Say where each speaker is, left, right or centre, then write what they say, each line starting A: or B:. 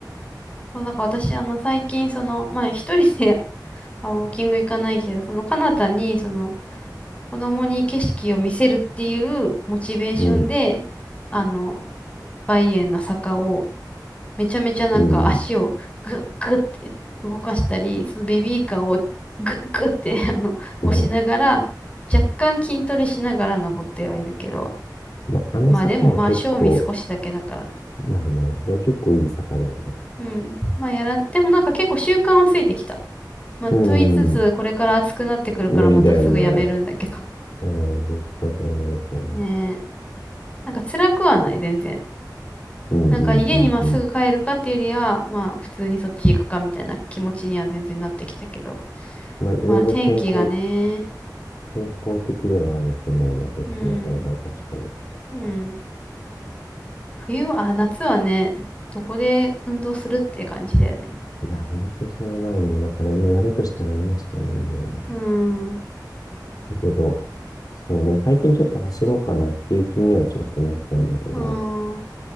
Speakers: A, on the left; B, on the left.
A: そう、だから私、あの、最近、その、まあ一人で <laughs> あウォーキング行かないけど、その、彼方に、その、子供に景色を見せるっていうモチベーションで、
B: うん、
A: あの、バイエンの坂をめちゃめちゃなんか足をグッグッって動かしたり、
B: うん。
A: そのベビーカーをグッグッって <laughs> あの、
B: ま
A: 押しながら、若干筋トレしながら登ってはいるけど、
B: あ、あの坂は結構、
A: まあでもまあ賞味少しだけだからね
B: まあね、でも結構いい坂だよね。
A: うん。まあやらん、でもなんか結構習慣はついてきた。まあと言いつつ、
B: うん、
A: これから暑くなってくるからまたすぐやめるんだけど。
B: 無理だよね。うん、絶対そうなると思
A: ねえ。なんか辛くはない、全然。
B: う。うん、
A: なんか家にまっすぐ帰るかっていうよりは、
B: うん、うん、うん。
A: まあ普通にそっち行くかみたいな気持ちには全然なってきたけど。
B: まあ、いろいろ健康、
A: まあ天気がね、
B: 健康的ではあると思うな、そっちの方が確かに。
A: うん、うん。冬は、あ、夏はね、どこで運動するっていう感じだよね。
B: いや、ほんとそれないんだよ。だから今やるとしたら今しかないんだよね。
A: うん、う
B: だけど、そうね、最近ちょっと走ろうかなっていう気にはちょっとなってんだけど、
A: ん。